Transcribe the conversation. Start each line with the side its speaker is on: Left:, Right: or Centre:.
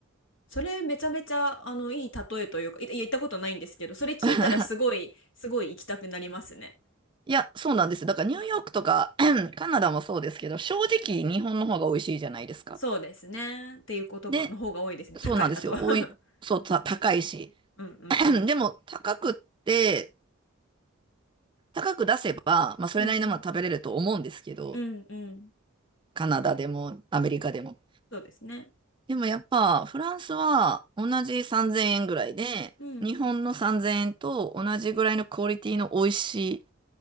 Left: それめちゃめちゃあのいい例えというか、い、いや行ったことないんですけど、それ聞いたらすごい、
Right: <laughs>
Left: すごい行きたくなりますね。
Right: いや、そうなんですよ。だからニューヨークとか
Left: うん。
Right: <clears throat> カナダもそうですけど、正直日本の方が美味しいじゃないですか。
Left: そうですね。っていうことが、
Right: で、
Left: の方が多いですね。
Right: そうなんですよ。
Left: 高い。あと <laughs>
Right: おい、そう、た、高いし。
Left: うんうんうん。
Right: <clears throat> でも、高くって、高く出せば、まあ、それなりのものは食べれると思うんですけど、
Left: うんうんうんうん
Right: カナダでも、アメリカでも。
Left: そうですね。
Right: でもやっぱフランスは同じ3000円ぐらいで、
Left: うん
Right: 日本の3000円と同じぐらいのクオリティの美味しい